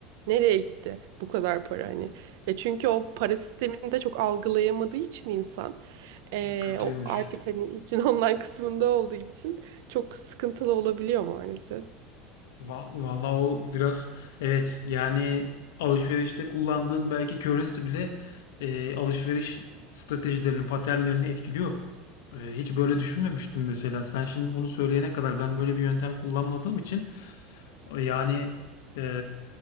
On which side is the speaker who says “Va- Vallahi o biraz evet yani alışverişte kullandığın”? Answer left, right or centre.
Left